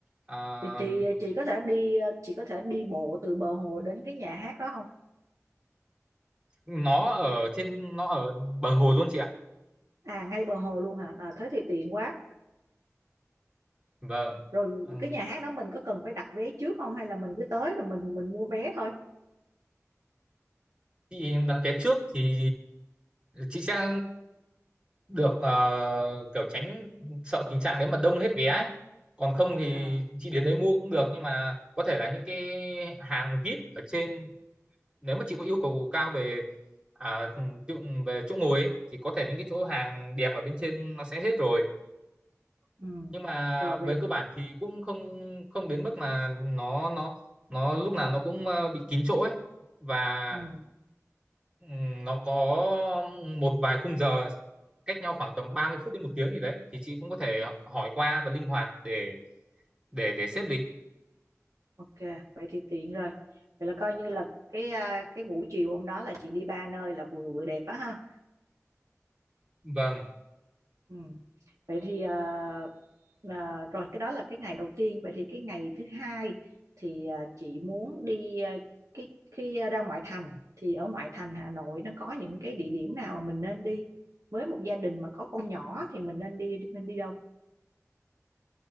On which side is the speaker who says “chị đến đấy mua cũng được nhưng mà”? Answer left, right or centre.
Right